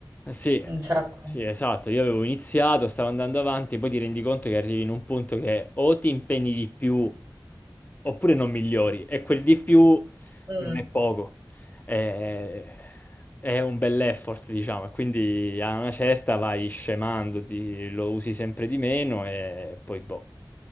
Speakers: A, on the left; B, on the right.
A: Sì,
B: Un sacco.
A: sì, esatto. Io avevo iniziato, stavo andando avanti, poi ti rendi conto che arrivi in un punto che o ti impegni di più oppure non migliori, e quel di più
B: Mm.
A: non è poco. È, è un bell'effort, diciamo, e quindi a una certa vai scemandoti, lo usi sempre di meno e poi boh,